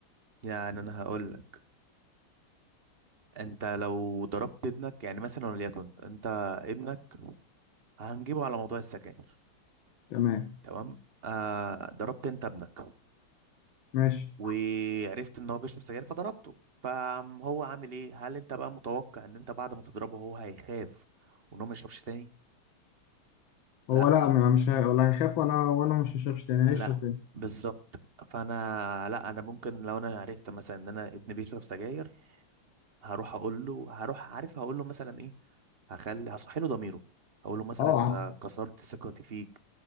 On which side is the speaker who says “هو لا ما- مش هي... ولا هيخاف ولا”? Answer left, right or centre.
Left